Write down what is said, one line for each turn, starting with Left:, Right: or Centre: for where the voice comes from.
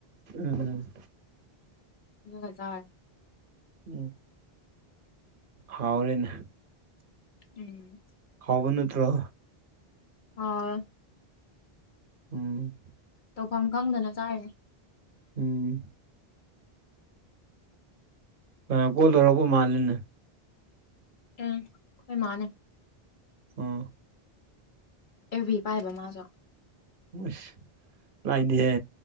Right: ꯎꯝ ꯎꯝ
Left: ꯑꯗꯨꯒ ꯆꯥꯔꯦ
Right: ꯎꯝ ꯍꯥꯎꯔꯦꯅꯦ꯫
Left: ꯎꯝ
Right: ꯍꯥꯎꯕ ꯅꯠꯇ꯭ꯔꯣ?
Left: ꯍꯥꯎꯔꯦ꯫
Right: ꯎꯝ
Left: ꯇꯧꯐꯝ ꯈꯪꯗꯅ ꯆꯥꯏꯅꯤ꯫
Right: ꯎꯝ ꯑꯥ ꯀꯣꯜ ꯇꯧꯔꯛꯄ ꯃꯥꯜꯜꯂꯤꯅꯦ꯫
Left: ꯎꯝ ꯑꯩꯈꯣꯏ ꯃꯥꯅꯦ꯫
Right: ꯑꯣ
Left: ꯑꯦꯐꯕꯤ ꯄꯥꯏꯕ ꯃꯥꯁꯨ
Right: ꯁ ꯂꯥꯏꯗꯤꯍꯦ